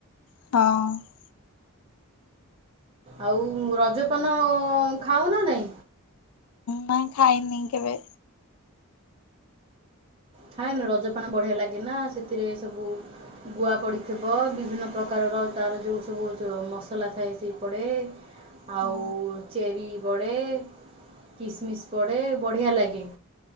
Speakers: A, on the left (about 75°); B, on the right (about 25°).
A: ହଁ।
B: ଆଉ ରଜପାନ ଖାଉ ନା ନାଇଁ?
A: ନାଇଁ ଖାଇନି କେବେ।
B: ଖାଏନୁ ରଜ ପାନ ବଢ଼ିଆ ଲାଗେ ନା, ସେଥିରେ ସବୁ ଗୁଆ ପଡ଼ିଥିବ, ବିଭିନ୍ନ ପ୍ରକାରର ତାର ଯୋଉ ସବୁ ମସଲା ଥାଏ ସେ ପଡ଼େ।
A: ହଁ
B: ଆଉ ଚେରି ପଡ଼େ, କିସମିସ୍ ପଡ଼େ ବଢ଼ିଆ ଲାଗେ।